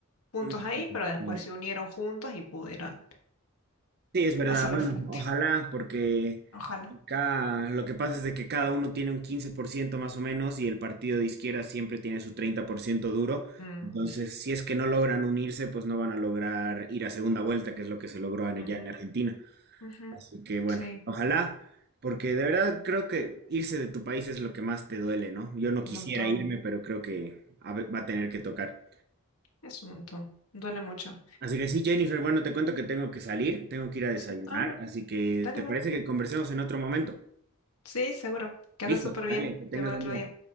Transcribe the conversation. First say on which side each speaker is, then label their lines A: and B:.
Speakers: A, on the left; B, on the right.
A: puntos
B: Ujú,
A: ahí, pero después
B: claro.
A: se unieron juntos y pudieron
B: Sí, es verdad,
A: hacerlo
B: bueno,
A: al frente.
B: ojalá, porque
A: Ojalá.
B: acá lo que pasa es de que cada uno tiene un 15% más o menos y el partido de izquierda siempre tiene su 30% duro,
A: Mm,
B: entonces si es que no logran unirse, pues no van a lograr ir a segunda vuelta,
A: ujú,
B: que es lo que se logró en-
A: ujú,
B: ya en Argentina.
A: ujú.
B: Así que bueno,
A: Sí,
B: ojalá, porque de verdad creo que irse de tu país es lo que más te duele, ¿no? Yo no
A: un
B: quisiera
A: montón,
B: irme, pero creo que a ve- va a tener que tocar.
A: es un montón, duele mucho.
B: Así que sí, Jennifer, bueno, te cuento que tengo que salir, tengo que ir a desayunar,
A: Sí, Ah,
B: así que
A: dale,
B: ¿te
A: dale.
B: parece que conversemos en otro momento?
A: Sí, seguro, que anda
B: Listo,
A: súper bien,
B: dale, que tengas
A: te veo
B: buen
A: otro
B: día.
A: día.